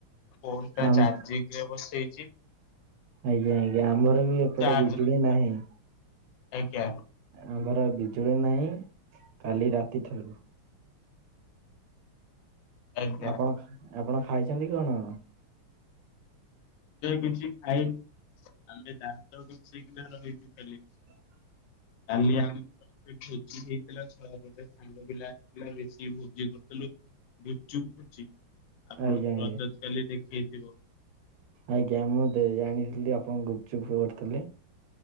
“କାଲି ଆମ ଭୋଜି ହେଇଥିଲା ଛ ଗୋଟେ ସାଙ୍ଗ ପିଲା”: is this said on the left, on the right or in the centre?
Left